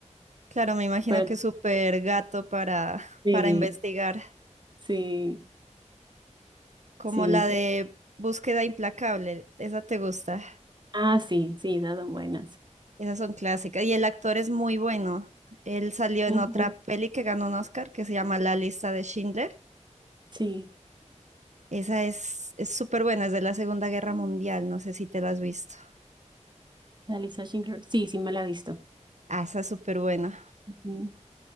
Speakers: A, on the right (about 70°); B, on the right (about 35°).
A: claro, me imagino
B: pero
A: que es súper gato para,
B: sí,
A: para investigar.
B: sí,
A: Como
B: sí.
A: la
B: fue-
A: de Búsqueda Implacable. Esa te gusta.
B: Ah, sí, sí, esas son buenas.
A: Esas son clásicas. Y el actor es muy bueno. Él salió en
B: Ujú,
A: otra peli que ganó un Oscar que se llama La lista de Schindler.
B: Sí,
A: Esa es es súper buena, es de la Segunda Guerra Mundial, no sé si te la has visto.
B: la Lisa Schindler, sí, sí me la he visto.
A: Ah, esa es súper buena.
B: Ujú,